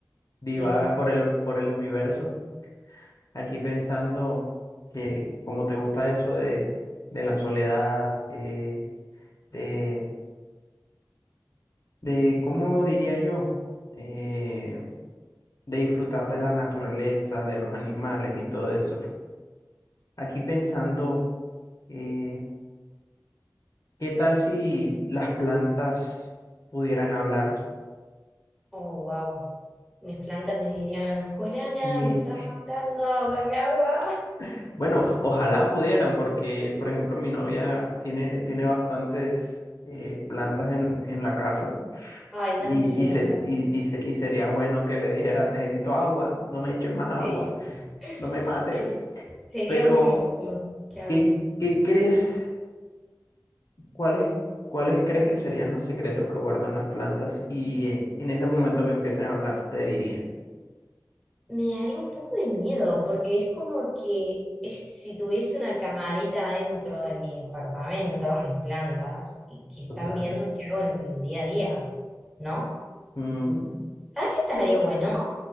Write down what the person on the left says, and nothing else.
divaga
por el, por el universo aquí pensando que como te gusta eso de, de la soledad, eh, de, de, ¿cómo diría yo? Eh, de disfrutar de la naturaleza, de los animales y todo eso. Aquí pensando, eh, ¿qué tal si las plantas pudieran hablar?
Y
<laughs> bueno, ojalá pudieran, porque por ejemplo mi novia tiene, tiene bastantes eh, plantas en, en la casa.
Y,
y, se,
y, y se- y sería bueno que le dijera, necesito agua, no me eches más agua,
no me mates.
Pero,
¿qué, qué crees? ¿Cuáles, cuáles crees que serían los secretos que guardan las plantas? Y eh, en ese momento que empiecen a hablar, te dirían,
total.
mm,
¿qué?